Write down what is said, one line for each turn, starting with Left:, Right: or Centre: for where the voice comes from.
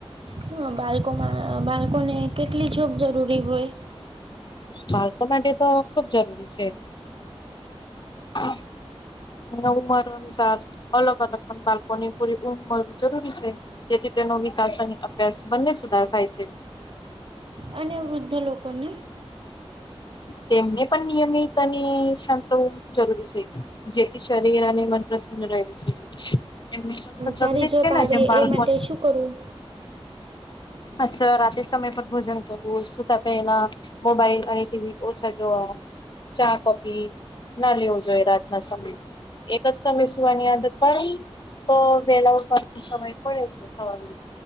Right: હ, બાળકોમાં બાળકોને કેટલી ઝોપ જરૂરી હોય?
Left: બાળકો માટે તો ખુબ જરૂરી છે. હ. એ ઉંમર અનુસાર અલગ-અલગ, પણ બાળકોની પૂરી ઊંધ મળવી જરૂરી છે. તેથી તેનો વિકાસ અને અભ્યાસ બંને સુધાર થાય છે.
Right: અને વૃદ્ધ લોકોને?
Left: તેમને પણ નિયમિત અને સતુષ્ટ જરૂરી છે. જેથી શરીર અને મન પ્રસન્ન રહે છે. એમ પણ તો જલ્દી
Right: સારી જોબ
Left: છે,
Right: આવે
Left: જેમ બાળકોને
Right: એ માટે શું કરવું?
Left: અસર રાત્રે સમય પર ભોજન કરવું, સુુંતા પેહલા મોબાઈલ અને ટીવી ઓછા જોવા, ચા-કોપી ના લેવો જોઈએ રાતના સમયમાં. એક જ સમય સુવાની આદત પાડવી, તો વેલા ઉઠવાનું સમય પડે છે સવારે.